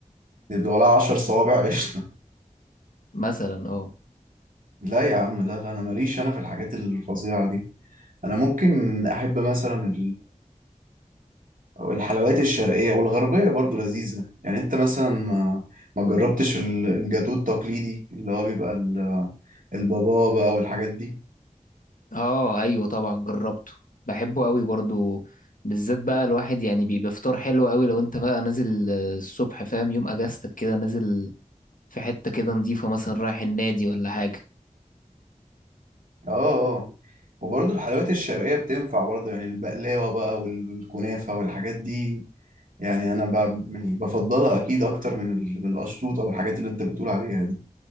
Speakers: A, on the right (about 85°); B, on the left (about 80°).
A: يبقى ولا عشر صوابع قشطة
B: مثلا اه
A: لا يا عم لا لا انا ماليش انا في الحاجات الفظيعة دي انا ممكن احب مثلا والحلويات الشرقية والغربية برضو لذيذة يعني انت مثلا ما, ما جربتش ال- الجاتو التقليدي اللي هو بيبقى ال- البابا بقى والحاجات دي
B: اه ايوه طبعا جربته بحبه قوي برضو بالذات بقى الواحد يعني بيبقى فطار حلو قوي لو انت بقى نازل آه، الصبح فاهم يوم اجازتك كده نازل في حتة كده نضيفة مثلا رايح النادي ولا حاجة
A: اه اه آه. وبرضو الحلويات الشرقية بتنفع برضو يعني البقلاوة بقى وال- والكنافة والحاجات دي يعني انا ب- يعني بفضلها اكيد اكتر من ال- من القشطوطة والحاجات اللي انت بتقول عليها دي